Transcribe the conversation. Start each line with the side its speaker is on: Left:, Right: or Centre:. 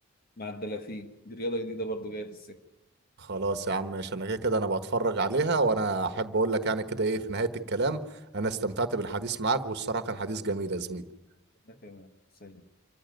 Left: مع الدلافين دي رياضة جديدة برضو جاية في السكة
Right: خلاص يا عم ماشي انا كده كده انا بتفرج عليها وانا احب اقول لك يعني كده ايه في نهايه الكلام انا استمتعت بالحديث معاك والصراحه كان حديث جميل يا زميلي
Left: ده كمان سلام